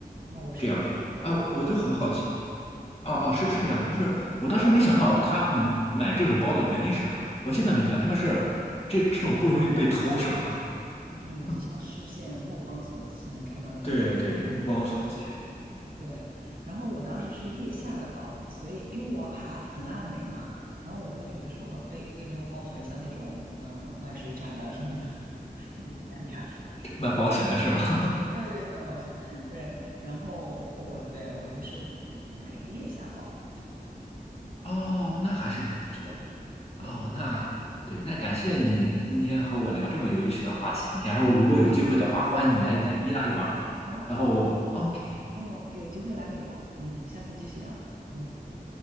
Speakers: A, on the right (about 65°); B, on the left (about 40°).
A: 哦，我是在下，
B: 这样的。哎，我就很好奇。哦哦，是是这样，就是我当时没想到他们买这种包的原因是什么，我现在明白他们是这这种不容易被偷是吗？
A: 就是你至少视线目光所及是能看到那个包。
B: <laughs> 对对，目光所及，
A: 对，然后我当时是腋下的包，所以因为我还很爱美嘛，然后我会觉得说背一个腰包很像那种嗯、呃卖水产的啊什么的，<laughs> 难看。
B: 卖保险的是吗？<laughs>
A: 对对，卖保险，对。然后我对我就是买了个腋下包。
B: 哦，那还是很不错的。
A: 对，
B: 哦，那对，那感谢你今天和我聊这么有意思的话题。然后，如果有机会的话，欢迎你来意大意大利玩儿
A: 好好好，
B: 然后，OK。
A: 哦，有机会来美国，嗯，下次继续聊，嗯。